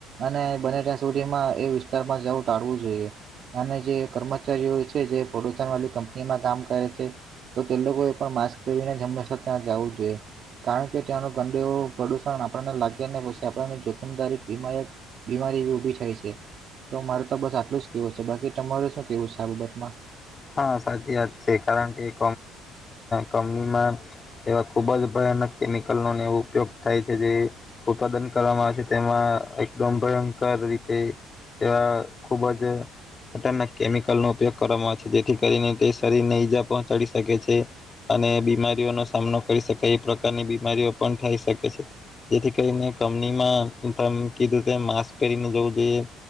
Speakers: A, on the right; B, on the left.
A: અને બને ત્યાં સુધીમાં એ વિસ્તારમાં જવું ટાળવું જોઈએ અને જે કર્મચારીઓ છે જે <unintelligible> વાળી કંપનીમાં કામ કરે છે તો તે લોકો એ પણ માસ્ક પહેરીને જ હંમેશા ત્યાં જવું જોઈએ કારણ કે ત્યાંનું ગંદુ પ્રદુષણ આપણને લાગશે ને પસી આપણને જોખમદારી હિમાયત બીમારી ઊભી થાય છે. તો મારે તો બસ આટલું જ કેવું છે બાકી તમારું શું કેવું છે આ બાબતમાં?
B: હા સાચી વાત છે કારણ કે <unintelligible> કપનીમાં એવા ખુબ જ ભ <unintelligible> કેમિકલ નો એવો ઉપયોગ થાય છે જે ઉત્પાદન કરવામાં આવે છે તેમાં એકદમ ભય કર રીતે તેવા ખુબ જ ખતરનાક કેમિકલ નો ઉપયોગ કરવામાં આવે છે. જે જેથી કરીને તે શરીર ને ઈજા પહોંચાડી શકે છે અને બીમારીઓનો સામનો કરી શકાય એ પ્રકાર ની બીમારીઓ પણ થાય શકે છે. જેથી કરીને કમનીમાં તમે કીધું તેમ માસ્ક પહેરીને જવું જોઈએ